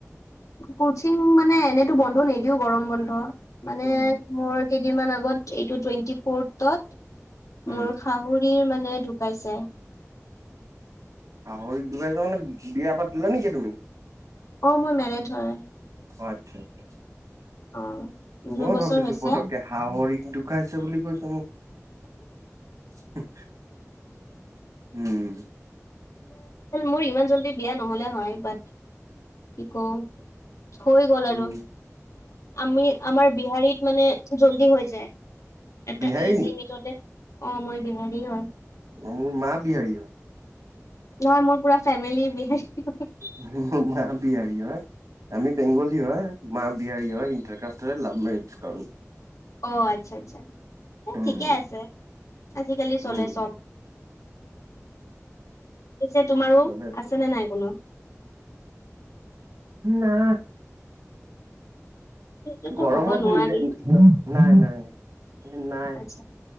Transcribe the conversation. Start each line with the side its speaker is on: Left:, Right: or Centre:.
Left: ক্ৰছিং মানে এনেতো বন্ধ নিদিও গৰম বন্ধ মানে
Right: উম
Left: মোৰ <inaudible> আগত
Right: উম
Left: মোৰ সৰি ম ঢুকাইছে।
Right: শাহুৰি ঢুকাইছে মানে বিয়া পাতিলা নেকি তুমি।
Left: অ' মই মেৰেট হয়।
Right: অ' আচ্ছা আচ্ছা।
Left: অ'।
Right: মই
Left: দুবছৰ
Right: ভাবিছোঁ
Left: হৈছে
Right: পতকে শাহুৰিক ঢুকাইছে বুলি কৈছে মোক। উম।
Left: মোৰ ইমান জল্দি বিয়া নহ'লে হয় বাট কি ক'ম, হৈ গ'ল
Right: উম
Left: আৰু। আমি আমাৰ বিহাৰীত মানে জল্দি হৈ যায়। এটা
Right: বিহাৰী
Left: এইজ
Right: নি
Left: লিমিটতে অ' মই বিহাৰী হয়।
Right: অ মোৰ মা বিহাৰী হয়।
Left: নহয় মোৰ পুৰা ফেমিলি বিহাৰী হয়।
Right: মা বিহাৰী হয় আমি বেংগলী হয়। মা বিহাৰি হয় ইণ্টাৰকাসষ্টৰে লাভ মেৰিজ কৰণ।
Left: অ আচ্ছা আচ্ছা,
Right: উম
Left: ঠিকে আছে। আজিকালি চলে
Right: উম
Left: চব। পিছে তোমাৰো
Right: চলে চলে
Left: আছে নে নাই কোনো।
Right: না।
Left: সেইটোতো
Right: গৰমত
Left: হ'ব নোৱাৰি
Right: নিজে নাই নাই নাই।
Left: আচ্ছা